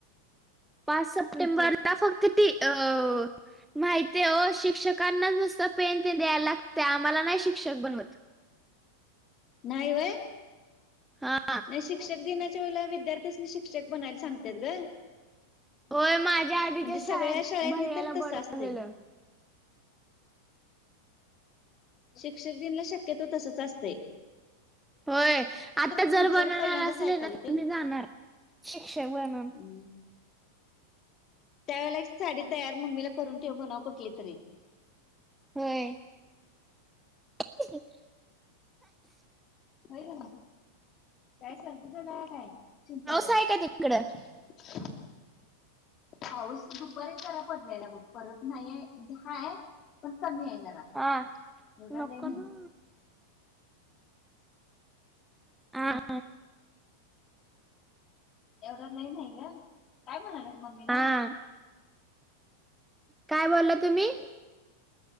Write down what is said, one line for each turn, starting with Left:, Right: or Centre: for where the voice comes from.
Centre: पाच सप्टेंबरला फक्त ती अ.... माहितेये हो शिक्षकांना नुसत पेन तेन द्याय लागतय आम्हाला नाही शिक्षक बनवत....
Left: नाही व्हय?
Centre: हा....
Left: नाही शिक्षक दिनाच्या वेळेला विद्यार्थ्यांसनी शिक्षक बनायला सांगत्यात गं... म्हणजे
Centre: होय माझ्या आधीच्या
Left: सगळ्या
Centre: शाळेत
Left: शाळेतनी
Centre: भैयाला
Left: तर तसं
Centre: बनवलेलं.
Left: आसतय... शिक्षक दिनला शक्यतो तसच असतय.
Centre: होय आता
Left: तुमच्याकडे
Centre: जर बनवणार
Left: पहिल्यांदाच
Centre: असले
Left: ऐकाल
Centre: ना तर
Left: ते
Centre: मी जाणार.... शिक्षक बनून...
Left: हम्म त्यावेळेला एक साडी तयार मम्मीला करून ठेव म्हणावं कुठली तरी....
Centre: होय.... <unintelligible>
Left: व्हय कनी काय सर्दी झाल्या काय शिंकाल्यास?
Centre: पाऊस आहे का तिकडं?
Left: <inaudible> पाऊस दुपारी जरा पडलेला बघ परत नाहीये म्हणजे हाय... पण कमी आहे जरा....
Centre: हा
Left: एवढा
Centre: नको
Left: लय नाही
Centre: ना.... हा....
Left: एवढ लई नाही ग काय म्हणाल्यास मम्मीला?
Centre: हा काय बोला तुम्ही?